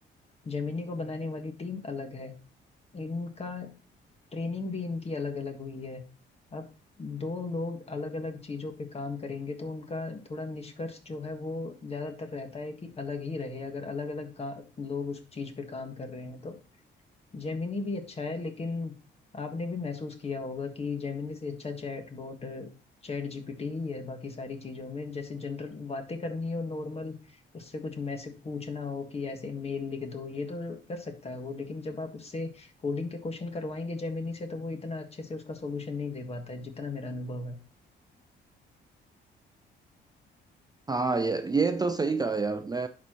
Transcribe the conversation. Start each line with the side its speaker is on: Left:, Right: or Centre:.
Left: जेमिनी को बनाने वाली टीम अलग है इनका ट्रेनिंग भी इनकी अलग अलग हुई है अब दो लोग अलग अलग चीजों पे काम करेंगे तो उनका थोड़ा निष्कर्ष जो है वो ज्यादातर रहता है कि अलग ही रहे अगर अलग अलग लोग उस चीज पे काम कर रहे हैं तो जेमिनी भी अच्छा है लेकिन आपने भी महसूस किया होगा कि जेमिनी से अच्छा चैट बोट चैट जीपीटी ही है बाकी सारी चीजों में जैसे जनरल बातें करनी हो नॉर्मल उससे कुछ मैसेज पूछना हो कि ऐसे मेल लिख दो ये तो कर सकता है वो लेकिन जब आप उससे कोडिंग के क्वेश्चन करवाएंगे जेमिनी से तो वो इतना अच्छे से उसका सोल्यूशन नहीं दे पाता है जितना मेरा अनुभव है
Right: हाँ यार ये तो सही कहा यार मैं